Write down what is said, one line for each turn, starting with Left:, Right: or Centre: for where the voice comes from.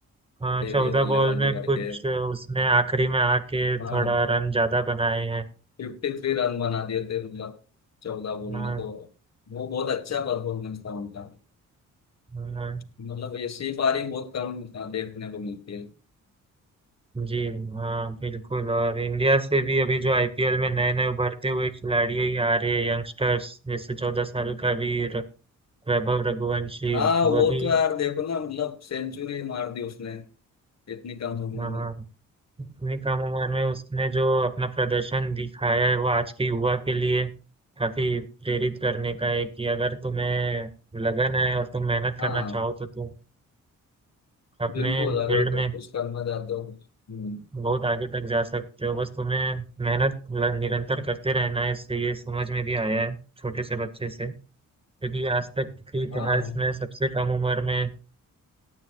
Right: हाँ
Left: दे
Right: चौदह
Left: दिए बल्लेबाजी
Right: बॉल में
Left: करके
Right: कुछ उसने आखिरी में आके
Left: हाँ
Right: थोड़ा रन ज्यादा बनाए हैं
Left: फिफ्टी थ्री रन बना दिए थे मतलब चौदह बॉल
Right: हाँ
Left: में तो वो बहुत अच्छा परफॉर्मेंस था उनका
Right: हाँ,
Left: मतलब ऐसी पारी बहुत कम अ, देखने को मिलती है
Right: जी हाँ बिल्कुल और इंडिया से भी अभी जो आईपीएल में नए नए उभरते हुए खिलाड़ी ही आ रहे हैं यंगस्टर्स जैसे चौदह साल का भी र- वैभव रघुवंशी
Left: हाँ
Right: वह
Left: वो
Right: भी
Left: तो यार देखो ना मतलब सेंचुरी मार दी उसने इतनी कम उम्र
Right: हाँ
Left: में
Right: इतनी कम उम्र में उसने जो अपना प्रदर्शन दिखाया है वो आज के युवा के लिए काफी प्रेरित करने का है कि अगर तुम्हें लगन है और तुम मेहनत करना
Left: हाँ
Right: चाहो तो तुम अपने
Left: बिल्कुल अगर
Right: फील्ड
Left: तुम
Right: में
Left: कुछ करना चाहते हो कुछ हम्म,
Right: बहुत आगे तक जा सकते हो बस तुम्हें मेहनत ल- निरंतर करते रहना है इससे ये समझ में भी आया है छोटे से बच्चे से क्योंकि आज तक के इतिहास
Left: हाँ
Right: में सबसे कम उम्र में